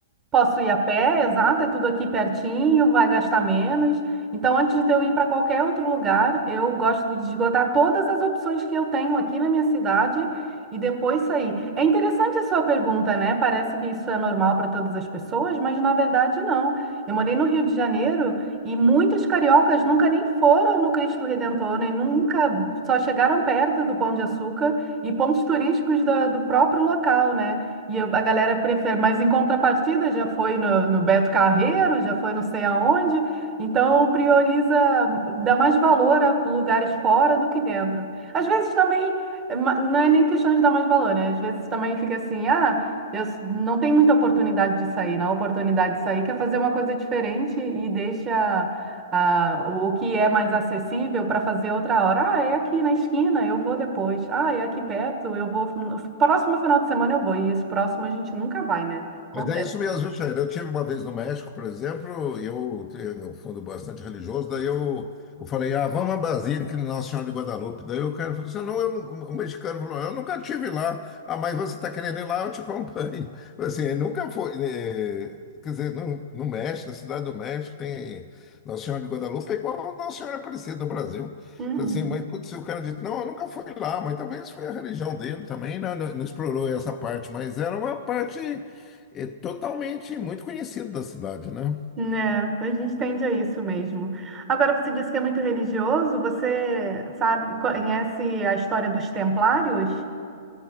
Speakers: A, on the right (about 25°); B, on the left (about 25°).
A: Posso ir a pé, exato, é tudo aqui pertinho, vai gastar menos. Então, antes de eu ir para qualquer outro lugar, eu gosto de esgotar todas as opções que eu tenho aqui na minha cidade e depois sair. É interessante a sua pergunta, né? Parece que isso é normal para todas as pessoas, mas na verdade não. Eu morei no Rio de Janeiro e muitos cariocas nunca nem foram no Cristo Redentor, nem nunca só chegaram perto do Pão de Açúcar e pontos turísticos da- do próprio local, né? E eu- a galera prefere, mas em contrapartida já foi no, no Beto Carreiro, já foi não sei aonde, então prioriza, dá mais valor a lugares fora do que dentro. Às vezes também, eh, ma- não é nem questão de dar mais valor, né? Às vezes também fica assim, ah, eu s- não tem muita oportunidade de sair, não. A oportunidade de sair quer fazer uma coisa diferente e deixa a- o que é mais acessível para fazer outra hora. Ah, é aqui na esquina, eu vou depois. Ah, é aqui perto, eu vou. No próximo final de semana eu vou. E esse próximo a gente nunca vai, né? Acontece.
B: Mas é isso mesmo, viu, Chaira? Eu tive uma vez no México, por exemplo, eu tenho um fundo bastante religioso, daí eu, eu falei, ah, vamos a Basílica de Nossa Senhora de Guadalupe. Daí o cara falou assim, não, eu, não- o mexicano falou, eu nunca tive lá. Ah, mas você está querendo ir lá, eu te acompanho. <laughs> Assim, ele nunca foi, eh, quer dizer, no, no México, na Cidade do México, tem Nossa Senhora de Guadalupe, é igual a Nossa Senhora Aparecida no Brasil.
A: Uhum.
B: Falei assim, mas putz, o cara disse, não, eu nunca fui lá, mas talvez foi a religião dele também, né? Não, não explorou essa parte, mas era uma parte é totalmente muito conhecido da cidade, né?
A: Né, a gente tende a isso mesmo. Agora, você disse que é muito religioso, você sabe, conhece a história dos templários,